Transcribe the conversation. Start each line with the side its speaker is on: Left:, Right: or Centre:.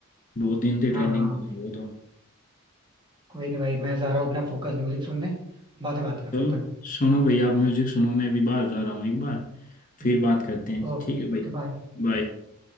Left: बहुत दिन से ट्रेंडिंग
Right: हाँ हाँ
Left: में था वो तो
Right: कोई नहीं भाई मैं जा रहा हूँ अपना फोकस म्यूजिक सुनने बाद में बात करते
Left: चलो
Right: हैं अपन
Left: सुनो भाई आप म्यूजिक सुनो मैं अभी बाहर जा रहा हूँ एक बार फिर
Right: ठीक
Left: बात
Right: है
Left: करते हैं
Right: Okay
Left: ठीक है भाई
Right: okay bye
Left: बाय